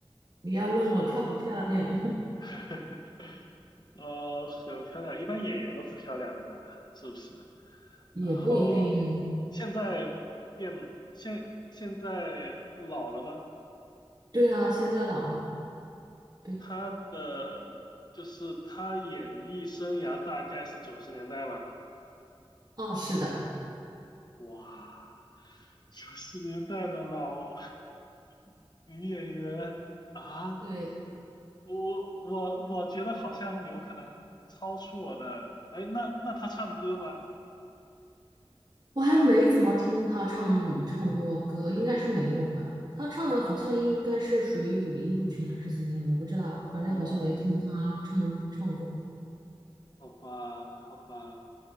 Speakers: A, on the right; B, on the left.
A: 你要问我漂不漂亮？
B: 很漂
A: <laughs>
B: 亮，<laughs> 呃，很漂亮，一般演员都是漂亮的嘛，是不是？
A: 也不一定啊。
B: 然后现在变现现在老了吗？
A: 对啊，现在老了。对，
B: 他的就是他演艺生涯大概是九十年代吧，
A: 哦，是的，
B: 哇，九十年代的老 <laughs> 女演员啊，
A: 对。
B: 我我我觉得好像有可能超出我的，哎，那那他唱歌吗？
A: 我还没怎么听他唱唱过歌，应该是没有吧？他唱的好像应该是属于五音不全还是怎么样，我不知道，
B: 哦，
A: 反正好像没听他唱唱过，
B: 好吧，好吧，